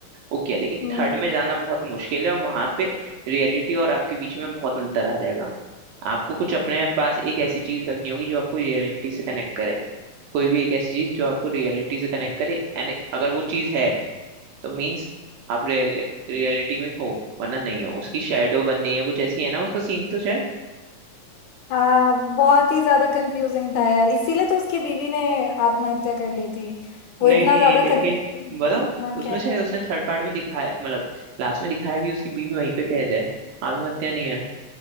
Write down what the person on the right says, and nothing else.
ओके है लेकिन
थर्ड में जाना बहुत मुश्किल है और वहां पे रियलिटी और आपके बीच में बहुत अंतर आ जाएगा आपको कुछ अपने पास एक ऐसी चीज रखनी होगी जो आपको रियलिटी से कनेक्ट करे कोई भी एक ऐसी चीज जो आपको रियलिटी से कनेक्ट करे एंड अगर वो चीज है तो मीन्स आप रियल रियलिटी में हो वरना नहीं हो उसकी शेडो बननी है कुछ ऐसी है ना उसका सीन तो शायद
नहीं
नहीं
है, लेकिन
बताऊं
उसमें
शायद उसने थर्ड पार्ट में दिखाया मतलब लास्ट में दिखाया भी उसकी बीवी वहीं पे कैद है आत्महत्या नहीं है